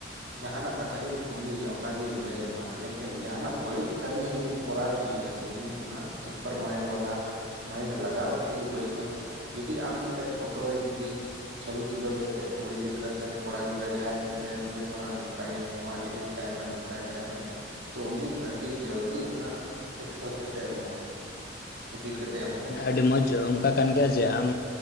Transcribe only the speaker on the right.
ᱡᱟᱦᱟᱱᱟᱜ ᱠᱟᱛᱷᱟ ᱜᱮᱢ ᱠᱩᱞᱤᱭᱭᱟ, ᱚᱱᱟᱜᱮᱭ ᱞᱟᱹᱭᱢᱟ ᱞᱮᱠᱤᱱ ᱡᱟᱦᱟᱱᱟᱜ ᱵᱟᱹᱲᱤᱡ ᱠᱟᱹᱢᱤ ᱦᱚᱸ ᱡᱩᱫᱤᱢ ᱠᱚᱨᱟᱣ ᱦᱚᱪᱚᱭᱮᱭᱟ ᱛᱚ ᱩᱱᱤ ᱚᱱᱟ ᱥᱩᱯᱟᱨ ᱢᱟᱭᱤᱱᱰ ᱵᱟᱞᱟ ᱢᱟᱭᱤᱱᱰ ᱞᱟᱜᱟᱣ ᱠᱮᱛᱮᱜ ᱜᱮ ᱵᱟᱹᱲᱤᱡ ᱦᱚᱸ ᱪᱮᱠᱟ ᱡᱩᱫᱤ ᱟᱢ ᱢᱤᱫᱴᱮᱱ ᱯᱷᱳᱴᱳ ᱨᱮ ᱡᱩᱫᱤ ᱪᱷᱚᱵᱤ ᱛᱩᱞᱟᱹᱣ ᱠᱮᱛᱮᱜ ᱠᱩᱲᱤ ᱜᱤᱫᱽᱨᱟᱹ ᱥᱮ ᱠᱚᱲᱟ ᱜᱤᱫᱽᱨᱟᱹ ᱡᱟᱦᱟᱸᱭᱮᱢ ᱢᱮᱛᱟᱭᱟ ᱱᱩᱭ ᱛᱷᱚᱲᱟ ᱱᱚᱝᱠᱟᱭ ᱱᱚᱣᱟ ᱤᱰᱤᱴ ᱛᱟᱭ ᱢᱮ ᱱᱚᱝᱠᱟᱭ ᱛᱟᱭ ᱢᱮ ᱛᱚ ᱩᱱᱤ ᱟᱹᱰᱤ ᱡᱟᱹᱞᱫᱤ ᱚᱱᱟ ᱮᱠᱥᱮᱥ ᱠᱟᱛᱮᱜ ᱮᱢᱚᱜ-ᱟ᱾ ᱤᱰᱤᱴ ᱠᱟᱛᱮᱫ ᱮᱢ